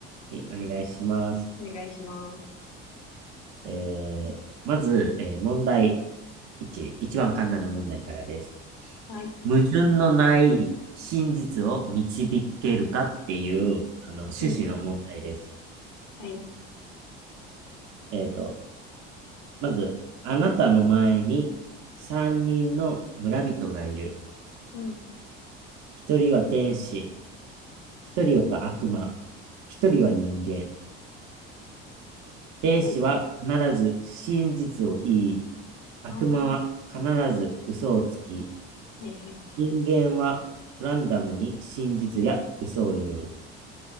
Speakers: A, on the right; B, on the left.
A: はい、お願いします。
B: お願いします。
A: えー、まず、えー問題1、一番簡単な問題からです。
B: はい。
A: 矛盾のない真実を導けるかっていう、あの、趣旨の問題です。
B: うん。はい。
A: えーっと、まず、あなたの前に三人の村人がいる。
B: うん。
A: 一人は天使、一人は悪魔、一人は人間。天使は必ず真実を言い、
B: はい。
A: 悪魔は必ず嘘をつき、
B: ああ。はいはい。
A: 人間はランダムに真実や嘘を言う。